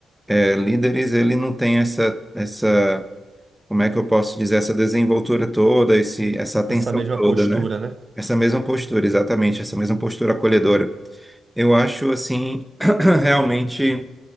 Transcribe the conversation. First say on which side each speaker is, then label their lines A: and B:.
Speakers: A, in the centre; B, on the right (about 40°).
A: é, líderes, ele não tem essa, essa, como é que eu posso dizer, essa desenvoltura toda, esse, essa atenção
B: Essa mesma
A: toda,
B: postura,
A: né?
B: né?
A: Essa mesma postura, exatamente, essa mesma postura acolhedora. Eu acho, assim, <clears throat> realmente